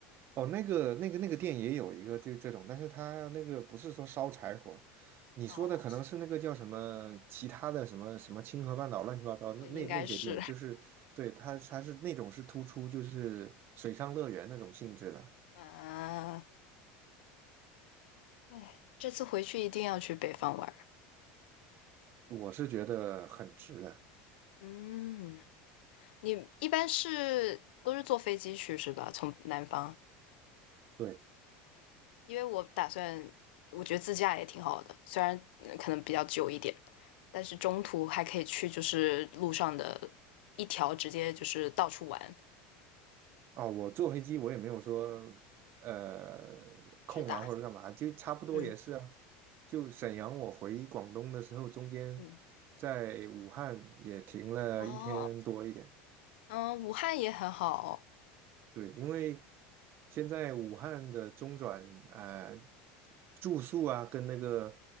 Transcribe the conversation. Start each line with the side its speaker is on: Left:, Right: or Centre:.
Right: 哦，那个那个那个店也有一个就这种，但是它那个不是说烧柴火，你说的可能是那个叫什么其他的什么什么清河半岛乱七八糟那那那些店，
Left: 哦，呃应该是，
Right: 就是对它它是那种是突出就是水上乐园那种性质的，
Left: 嗯、啊哎，这次回去一定要去北方玩儿。
Right: 我是觉得很值的。
Left: 嗯。你一般是都是坐飞机去是吧？从南方，
Right: 对。
Left: 因为我打算，我觉得自驾也挺好的，虽然呃可能比较久一点，但是中途还可以去，就是路上的一条直接就是到处玩，
Right: 哦，我坐飞机我也没有说呃空啊或者干嘛，
Left: 直达。
Right: 就差不多也是啊。
Left: 嗯
Right: 就沈阳我回广东的时候，中间在武汉也停了一天多一点。
Left: 嗯，哦，嗯，武汉也很好。
Right: 对，因为现在武汉的中转呃住宿啊，跟那个